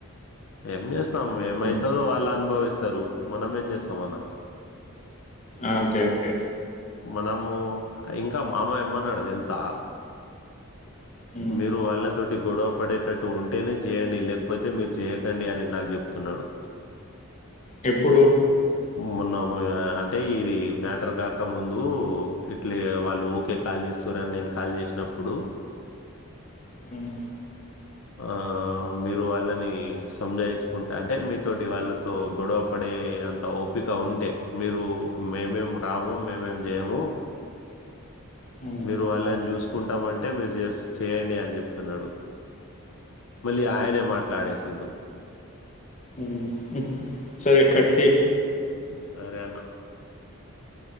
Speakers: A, on the left; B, on the left.
A: ఏం చేస్తాం చూస్తాం ఏమవుతుందో
B: హ్మ్.
A: వాళ్ళు అనుభవిస్తాం వస్తార మనమేం చేస్తామన్న
B: అంతే అంతే
A: మనము ఇంకా మామ ఏమన్నాడు తెలుసా
B: హ్మ్.
A: మీరు వాళ్ళతోటి గొడవ పడేటట్టు ఉంటేనే చేయండి లేకపోతే మీరు చేయకండి అని నాకు చెప్తున్నాడు
B: ఎప్పుడు
A: మొన్న అంటే ఇది మ్యాటర్ కా క ముందు ఇట్లే వాళ్ళు ఓకే కాల్ చేస్తుర్రన్ని నేను కాల్ చేసినప్పుడు
B: ఉమ్
A: ఆ మీరు వాళ్ళని సంజాయించుకుంట అంటే మీతోటి వాళ్ళతో గొడవ పడే అంత ఓపిక ఉంటే మీరు మేమేం రాము మేమేం జెయము
B: హ్మ్.
A: మీరు అలాం జూస్ కుంటమంటే మీరు చేస్ చేయండి అని చెప్తున్నాడు మళ్ళీ ఆయనే మాట్లాడేసిండు
B: ఉమ్ సరే కట్చెయ్
A: సరే అన్న